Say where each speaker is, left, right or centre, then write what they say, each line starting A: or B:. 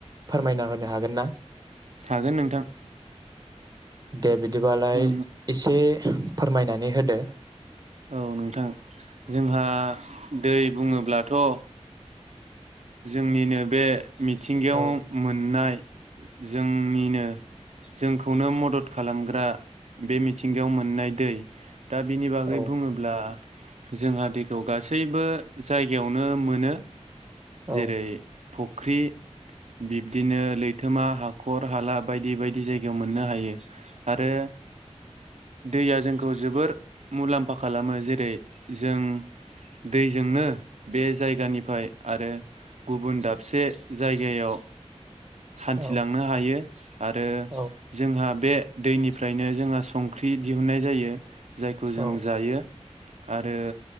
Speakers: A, on the right; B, on the right.
A: फोरमायना होनो हागोन ना?
B: हागोन नोंथां
A: दे बिदिबालाय
B: जों
A: एसे फोरमायनानै होदो।
B: औ नोंथां जोंहा दै बुङोब्लाथ' जोंनिनो बे मिथिंगायाव
A: औ
B: मोननाय जोंनिनो जोंखौनो मदद खालामग्रा बे मिथिंगायाव मोननाय दै दा बिनि बागै
A: औ
B: बुङोब्ला जोंहा दैखौ गासैबो जायगायावनो मोनो। जेरै
A: औ
B: फ ख्रि बिब्दिनो लैथोमा हाखर हाला बायदि बायदि जायगायाव मोननो हायो। आरो दैया जों खौ जोबोर मुलाम्फा खालामो जेरै जों दैजोंनो बे जायगानिफ्राय आरो गुबुन दाबसे जायगायाव हान्थिलांनो
A: औ
B: हायो आरो
A: औ
B: जोंहा बे दैनिफ्रायनो जोंहा संख्रि दिहुुननाय जायो। जायखौ जों
A: औ
B: जायो। आरो